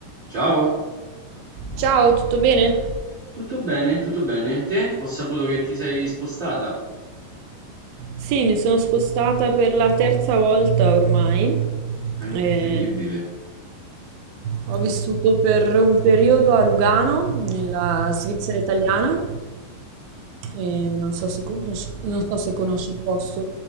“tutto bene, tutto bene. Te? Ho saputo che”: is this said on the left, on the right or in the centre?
Right